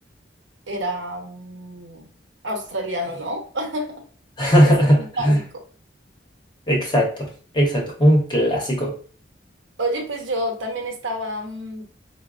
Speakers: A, on the right; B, on the left.
A: era mm, australiano, ¿no? <laughs>
B: <laughs>
A: Ese es un clásico.
B: Exacto, exacto. Un clásico.
A: Oye, pues yo también estaba, mm,